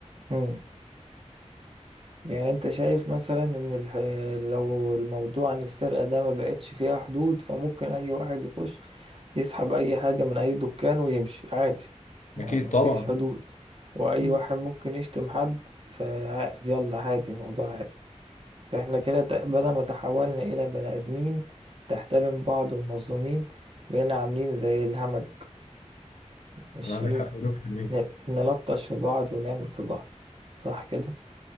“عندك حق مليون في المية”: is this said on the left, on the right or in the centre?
Left